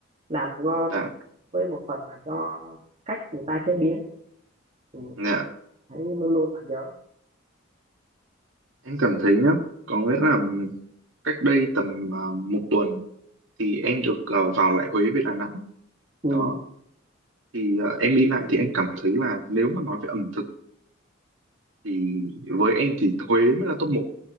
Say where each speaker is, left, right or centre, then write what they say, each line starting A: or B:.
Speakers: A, on the right (about 35°); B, on the right (about 70°).
A: làm ngon
B: dạ
A: với một phần là do cách người ta chế biến thì mình
B: dạ
A: thấy luôn luôn là nhớ
B: Em cảm thấy nhá, có nghĩa là cách đây tầm à, một tuần thì em được à, vào lại Huế với Đà Nẵng.
A: ừ
B: Đó, thì à, em đi lại thì em cảm thấy là nếu mà nói về ẩm thực thì với em thì Huế mới là top một,